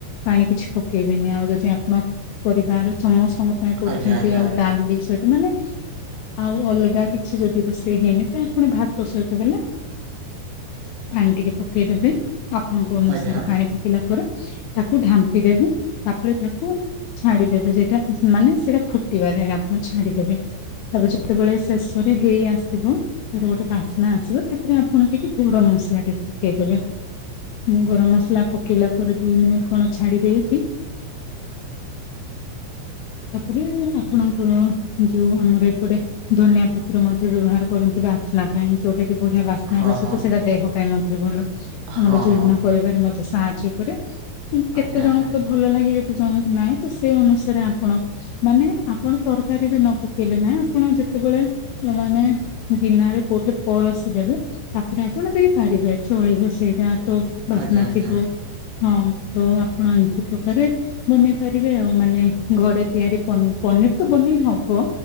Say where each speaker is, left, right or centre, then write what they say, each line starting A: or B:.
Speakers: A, on the left (about 80°); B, on the right (about 80°).
A: ପାଣି କିଛି ପକେଇବେନି ଆଉ ଯଦି ଆପଣ ପରିବାର ସମସ୍ତଙ୍କ ଆଁ କରୁଛନ୍ତି
B: ଆଜ୍ଞା ଆଜ୍ଞା
A: ଆଉ
B: ଆଜ୍ଞା
A: ଡାଲ ସଇତ ମାନେ ଆଉ ଅଲଗା କିଛି ଯଦି ରୋଷେଇ ହେଇନି ତ ଫୁଣି ଭାତ ସହିତ ହେଲା। ପାଣି ଟିକେ ପକେଇଦେବେ ଆପଣଙ୍କ ଅନୁସାରେ
B: ଆଜ୍ଞା।
A: ପାଣି ପକେଇଲା ପରେ ତାକୁ ଢାମ୍ପି ଦେବେ। ତାପରେ ତାକୁ ଛାଡିଦେବେ ଯେଟା ମାନେ ସେଇଟା ଫୁଟିବା ଯ ଆପଣ ଛାଡିଦେବେ। ତାପରେ ଯେତେବେଳେ ଶେଷରେ ହେଇ ଆସିଥିବ। ତର ଗୋଟେ ବାସ୍ନା ଆସିବ ତାପରେ ଆପଣ ଟିକେ ଗରମ ମସଲା ଟିକେ ପକେଇଦେବେ। ମୁଁ ଗରମ ମସଲା ପକେଇଲା ପରେ ଦୁଇ ମିନିଟ୍ କଣ ଛାଡି ଦେଇଚି। ତାପରେ ଆପଣଙ୍କର ଯୋଉ ଆମର ଏପଟେ ଧନିଆ ପତ୍ର ମଧ୍ୟ ବ୍ୟବହାର କରନ୍ତି ବାସ୍ନା ପାଇଁ ଯୋଉଟା ବଢିଆ ବାସ୍ନା
B: ହଁ
A: ହେବା ସହିତ
B: ହଁ
A: ସେଇଟା ଦେହ ପାଇଁ ମଧ୍ୟ ଭଲ ଆମ
B: ହଁ
A: ଗର ଜୀର୍ଣ
B: ହଁ
A: କରିବାରେ ମଧ୍ୟ ସାହାଯ୍ୟ ଉପରେ କେତେ
B: ଆଜ୍ଞା
A: ଜଣଙ୍କ
B: ଆଜ୍ଞା ଆଜ୍ଞା
A: ଭଲ ଲାଗେ। ଜଣଙ୍କୁ ନାହିଁ ତ ସେଇ ଅନୁସାରେ ଆପଣ ମାନେ ଆପଣ ତରକାରୀରେ ନ ପକେଇଲେ ନାଇଁ ଆପଣ ଯେତେବେଳେ ମାନେ ଗିନା ରେ କୋଉଠି ପରସି ଦେବେ। ତାପରେ ଆପଣ ଦେଇପାରିବେ ଚଳି ବସେଇଟା ତ ବାସ୍ନା
B: ଆଜ୍ଞା ଆଜ୍ଞା।
A: ଥିବ ହଁ ତ ଆପଣ ମାନଙ୍କୁ ଠକାଯାଏ। ବନେଇ ପାରିବେ ଆଉ ମାନେ ଘରେ ତିଆରି ପନିର ପନିର୍ ତ ବନେଇ ହବ।